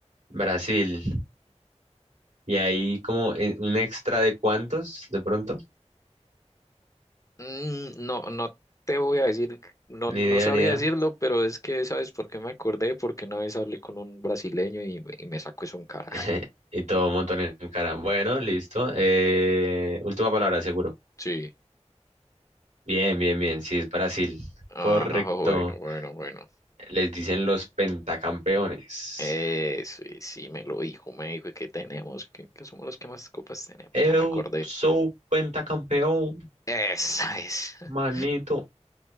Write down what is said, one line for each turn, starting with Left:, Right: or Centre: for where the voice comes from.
Right: Brasil. Y ahí como eh, un extra de cuántos, de pronto.
Left: Mm, No, no te voy a decir, no,
Right: Ni
Left: no
Right: idea,
Left: sabría
Right: ni idea.
Left: decirlo, pero es que sabes por qué me acordé, porque una vez hablé con un brasileño y, me- y me sacó eso en cara.
Right: <laughs> Y todo un montón en cara. Bueno, listo.
Left: <laughs>
Right: Eh, última palabra, seguro.
Left: Sí,
Right: Bien, bien, bien. Sí, es Brasil.
Left: ajá,
Right: Correcto.
Left: bueno, bueno, bueno.
Right: Les dicen los pentacampeones.
Left: Eh, sí, sí, me lo dijo, me dijo que tenemos, que, que somos los que más copas tenemos,
Right: Eu
Left: ya me acordé.
Right: sou pentacampeón,
Left: Esa es. <laughs>
Right: manito.